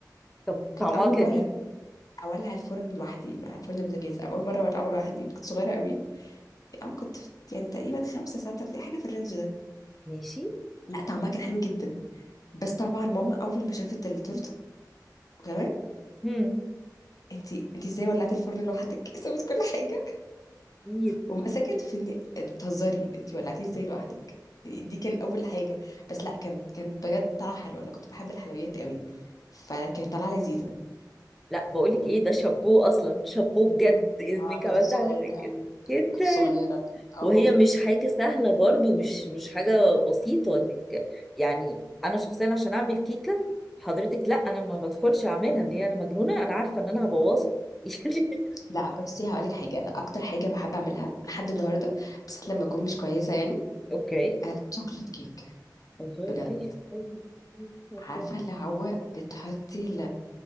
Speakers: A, in the centre; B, on the left.
A: طب
B: وكانت
A: طعمها
B: اول
A: كان
B: مره
A: ايه
B: اولع الفرن لوحدي مع فرن البوتاجاز اول مره اولعه لوحدي كنت صغيره قوي اه كنت يعني تقريبا خمسة ستة حاجه في الرينج ده
A: ماشي
B: لا طعمها كان حلو جدا بس طبعا ماما اول ما شافت التورته تمام
A: هم
B: انت انت ازاي ولعتي الفرن لوحدك <laughs> سابت كل حاجه
A: اكيد
B: ومسكت في ان انت بتهزري انت ولعتيه ازاي لوحدك يعني دي كان اول حاجه بس لا كان كان بجد طلع حلو انا كنت بحب الحلويات قوي فكانت طالعه لذيذه
A: لا بقول لك ايه ده شابوه اصلا شابوه بجد اذنك
B: اه
A: عملت
B: كنت صغيرة
A: حاجه زي كده
B: أوي
A: جدا
B: كنت صغيرة اه
A: وهي مش حاجة سهلة برضو مش مش حاجة بسيطة انك يعني انا شخصيا عشان اعمل كيكة حضرتك لا انا ما بدخلش اعملها ليه انا مجنونة انا عارفة ان انا هبوظها <laughs> يعني
B: لا بصي هقولك حاجه انا اكتر حاجه بحب اعملها لحد النهارده بس لما اكون مش كويسه يعني
A: اوكي
B: آه، شوكليت كيك
A: الله
B: بجد
A: ايوه ايوه الله.
B: عارفه اللي هو بتحطي